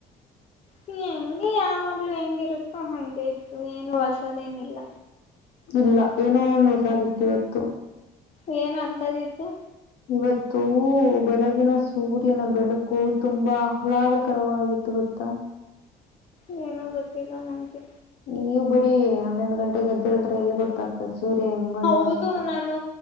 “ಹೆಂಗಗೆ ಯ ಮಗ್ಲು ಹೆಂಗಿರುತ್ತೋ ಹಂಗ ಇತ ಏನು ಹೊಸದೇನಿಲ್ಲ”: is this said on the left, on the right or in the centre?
Left